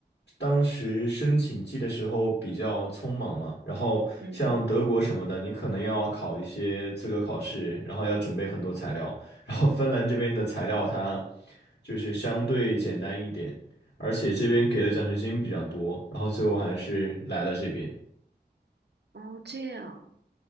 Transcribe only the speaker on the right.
嗯嗯，
哦，这样